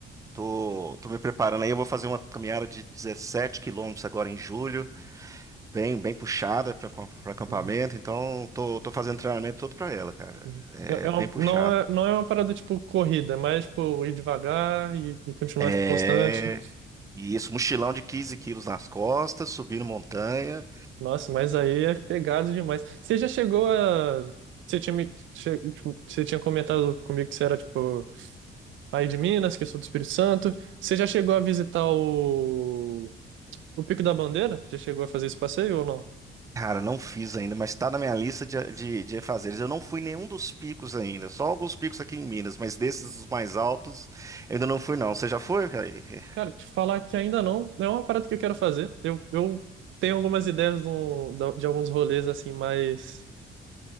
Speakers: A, on the right; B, on the right.
A: Tô, tô me preparando aí. Eu vou fazer uma caminhada de 17 quilômetros agora em julho, bem, bem puxada para acampamento.
B: Uhum,
A: Então, tô, tô fazendo treinamento todo para ela, cara.
B: uhum.
A: É
B: É-
A: é
B: é uma-
A: bem puxado.
B: não é, não é uma parada tipo corrida, é mais tipo ir devagar e, e continuar
A: É.
B: tipo constante.
A: E isso, mochilão de 15 quilos nas costas, subindo montanha
B: Nossa, mas aí é pegado demais. Você já chegou a. Você tinha, me... che- tipo, você tinha comentado comigo que você era, tipo, aí de Minas, que eu sou do Espírito Santo. Você já chegou a visitar o. O Pico da Bandeira? Já chegou a fazer esse passeio ou não?
A: Cara, não fiz ainda, mas tá na minha lista de, de, de fazeres. Eu não fui em nenhum dos picos ainda, só alguns picos aqui em Minas, mas desses os mais altos, eu ainda não fui, não. Você já foi, Kaique?
B: Cara, te falar que ainda não. É uma parada que eu quero fazer. Eu, eu tenho algumas ideias de, um- da- de alguns rolês, assim, mais.